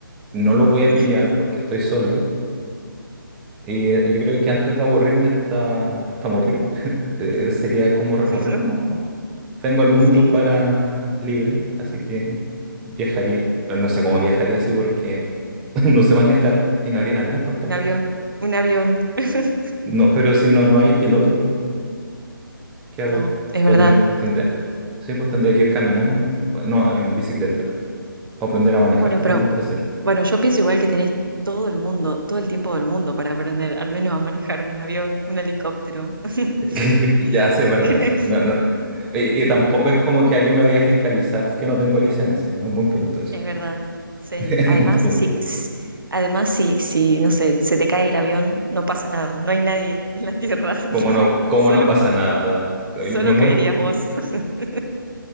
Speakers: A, in the centre; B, on the right (about 70°).
A: No los
B: <laughs>
A: voy a pillar porque estoy solo. Y eh, yo creo que antes de aburrirme hasta, hasta morir, <laughs> eh, sería como recorrer,
B: No,
A: ¿no? Tengo el mundo
B: Sí,
A: para libre, así que viajaría. No sé cómo viajaría así porque <laughs> no sé manejar y no habrían aviones tampoco.
B: un avión, un avión. <laughs>
A: No, pero si no, no hay piloto, po, ¿qué
B: No,
A: hago?
B: es
A: Voy
B: verdad.
A: a tener que, tendría, sí, pues tendría que ir caminando, o- no, en bicicleta. O aprender a manejar
B: Bueno,
A: también
B: pero
A: puede ser.
B: Bueno, yo pienso igual que tenés todo el mundo, todo el tiempo del mundo para aprender, al menos a manejar un avión, un helicóptero. <laughs>
A: <laughs> Ya, sí, es verdad,
B: Creo.
A: sí. No, no. Y, y tampoco es como que alguien me vaya a fiscalizar que no tengo licencia. Es un buen punto eso.
B: Es verdad, sí.
A: <laughs> Es
B: Además,
A: un buen punto.
B: sí, s- además, sí, sí, no sé, se te cae el avión, no pasa nada, no hay nadie en la tierra.
A: Como
B: <laughs>
A: no, como
B: Solo,
A: no pasa nada. Me
B: solo
A: muero.
B: caerías vos, <laughs>